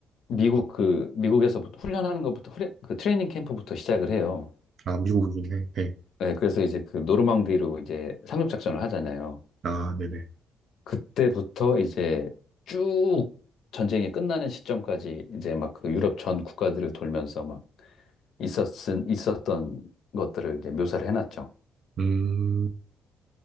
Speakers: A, on the left (about 70°); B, on the right (about 60°).
A: 미국 그, 미국에서부터 훈련하는 것부터, 훈련- 그 트레이닝 캠프부터 시작을 해요.
B: 아, 미국이네. 네.
A: 네, 그래서 이제 그 노르망디로 이제 상륙작전을 하잖아요.
B: 아, 네네.
A: 그때부터 이제 쭉 전쟁이 끝나는 시점까지 이제 막 그 유럽 전 국가들을 돌면서 막 있었은, 있었던 것들을 이제 묘사를 해놨죠.
B: 음,